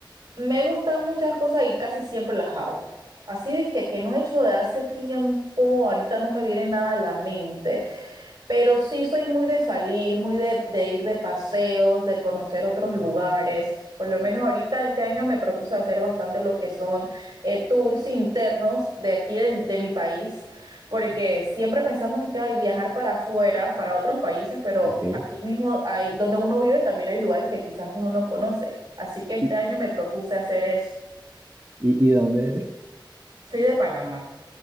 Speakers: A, on the right (about 50°); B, on the right (about 30°).
A: me gustan muchas cosas y casi siempre las hago. Así es que, que no he hecho de hace tiempo, ahorita no me viene nada a la mente, pero sí soy muy de salir, muy de, de ir de paseos, de conocer otros lugares. Por lo menos ahorita este año me propuse hacer bastante lo que son eh, tours internos de aquí del- de mi país, porque siempre pensamos de que hay viajar para afuera, para otros países, pero
B: Ok. ¿Y,
A: aquí mismo hay, donde uno vive también hay lugares que quizás uno no conoce. Así que este
B: y,
A: año me propuse hacer eso.
B: y de dónde eres?
A: Soy de Panamá.